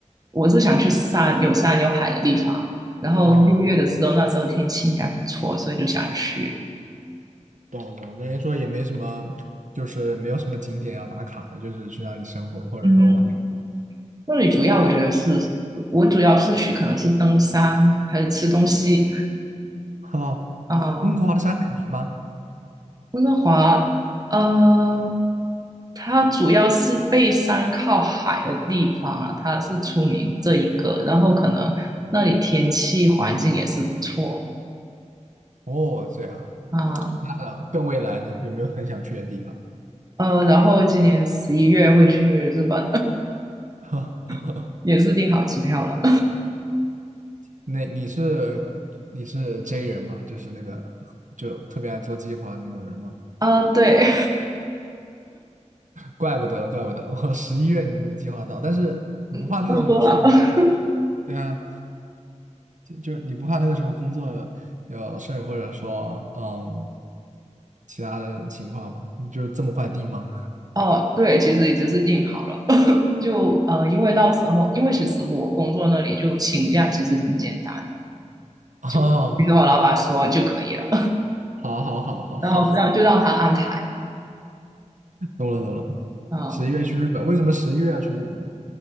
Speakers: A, on the right (about 30°); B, on the right (about 80°).
A: 我是想去山有山有海的地方。然后六月的时候，
B: 哦，
A: 那时候天气应该不错，所以就想去。
B: 懂了懂了，等于说也没什么，就是没有什么景点要打卡的，就是去那里生活或者说玩。
A: 嗯，那里主要我觉得是，我主要是去可能是登山还是吃东西。
B: 哦，
A: 啊，
B: 温哥华的山很平吗？
A: 温哥华，呃，它主要是背山靠海的地方啊，它是出名这一个，然后可能那里天气环境也是不错
B: 哦，这样，
A: 啊，
B: 那更未来呢？有没有很想去的地方？
A: 呃，然后今年十一月会去日本，
B: <laughs>
A: <laughs> 也是订好机票了
B: 那你是你是 J 人吗？就是那个就特别爱做计划的那种人吗？
A: 啊，对，
B: 怪不得，怪不得，我十一月你都能计划到，但是你不怕那个时候有事儿吗？
A: <laughs> 差不多了。<laughs>
B: 对啊，就就是你不怕那个时候工作有事儿，或者说嗯其他的情况吗？你就这么快定吗？
A: 哦，对，其实已经是订好了，就呃，因为到时候，因为其实我工作那里就请假其实挺简单的，
B: <laughs>
A: 就你跟我老板说就可以了。
B: 哦，好好好好好，
A: 然后让就让他安排，
B: 懂了懂了。
A: 嗯，
B: 十一月去日本，为什么十一月要去日本呢